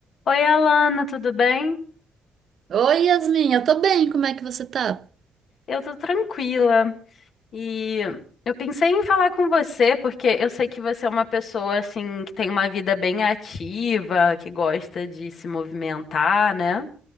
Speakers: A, on the left; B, on the right.
A: Oi, Alana, tudo bem?
B: Oi, Yasmin, eu tô bem, como é que você tá?
A: Eu tô tranquila e eu pensei em falar com você porque eu sei que você é uma pessoa assim que tem uma vida bem ativa, que gosta de se movimentar, né?